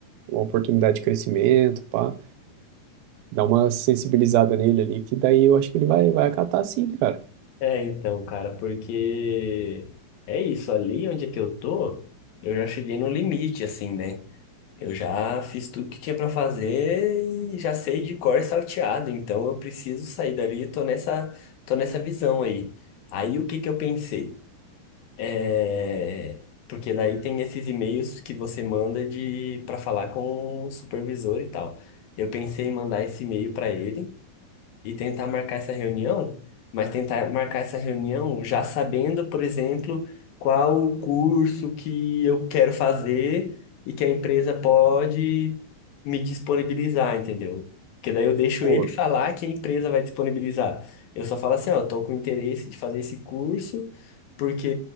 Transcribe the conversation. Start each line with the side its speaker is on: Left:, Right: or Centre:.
Right: uma oportunidade de crescimento, pá. Dá uma sensibilizada nele ali, que daí eu acho que ele vai, vai acatar sim, cara.
Left: É, então, cara, porque é isso, ali onde é que eu tô, eu já cheguei no limite, assim, né? Eu já fiz tudo que tinha pra fazer e já sei de cor e salteado, então eu preciso sair dali, eu tô nessa, tô nessa visão aí. Aí o que que eu pensei? É, porque daí tem esses e-mails que você manda de para falar com o supervisor e tal. Eu pensei em mandar esse e-mail para ele e tentar marcar essa reunião, mas tentar marcar essa reunião já sabendo, por exemplo, qual o curso que eu quero fazer e que a empresa pode me disponibilizar, entendeu? Porque daí eu deixo
Right: Pô,
Left: ele falar que a empresa vai disponibilizar. Eu só falo assim, ó, eu tô com interesse de fazer esse curso, porque